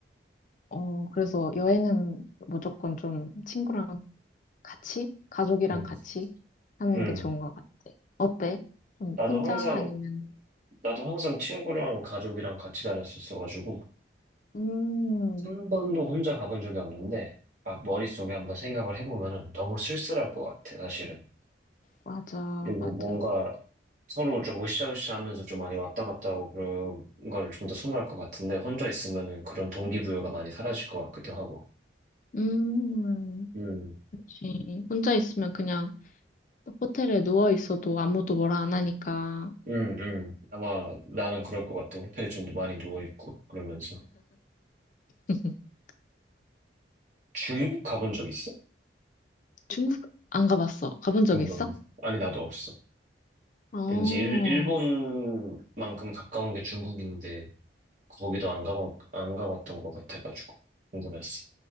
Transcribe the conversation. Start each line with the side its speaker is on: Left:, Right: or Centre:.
Left: 어, 그래서 여행은 무조건 좀 친구랑 같이, 가족이랑
Right: 음,
Left: 같이 하는
Right: 음.
Left: 게 좋은 것 같아. 어때? 좀
Right: 나도
Left: 혼자
Right: 항상,
Left: 아니면
Right: 나도 항상 친구랑 가족이랑 같이 다녔었어가지고,
Left: 음,
Right: 한 번도 혼자 가본 적이 없는데, 막 머릿속에 한번 생각을 해보면은 너무 쓸쓸할 것 같아, 사실은.
Left: 맞아,
Right: 그리고
Left: 맞아.
Right: 뭔가 서로 좀 으쌰으쌰 하면서 좀 많이 왔다 갔다 하고 그런 걸 좀 더 선호할 것 같은데, 혼자 있으면은 그런 동기부여가 많이 사라질 것 같기도 하고.
Left: 음,
Right: 음,
Left: 그치. 혼자 있으면 그냥 호텔에 누워 있어도 아무도 뭐라 안 하니까.
Right: 음, 음. 아마 나는 그럴 것 같아. 호텔에 좀 많이 누워있고, 그러면서.
Left: <laughs>
Right: 중국 가본 적 있어?
Left: 중국 안 가봤어. 가본 적
Right: 중국
Left: 있어?
Right: 안 가? 아니, 나도 없어.
Left: 어,
Right: 왠지 일, 일본만큼 가까운 게 중국인데, 거기도 안 가봤, 안 가봤던 것 같아가지고 궁금했어.